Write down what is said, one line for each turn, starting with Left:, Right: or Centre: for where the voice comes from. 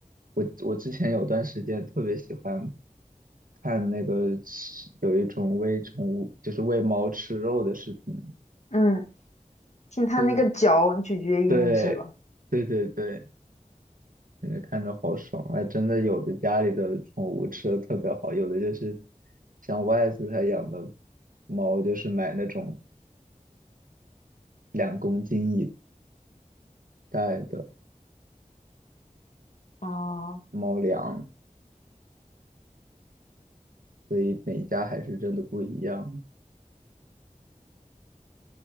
Right: 我我之前有段时间特别喜欢看那个吃有一种喂宠物，就是喂猫吃肉的视频，
Left: 嗯，听它那个嚼咀嚼音是吧？
Right: 就是对，对对对，感觉看着好爽。哎，真的有的家里的宠物吃的特别好，有的就是像外头他养的猫，就是买那种两公斤一袋的
Left: 哦，
Right: 猫粮，所以每家还是真的不一样。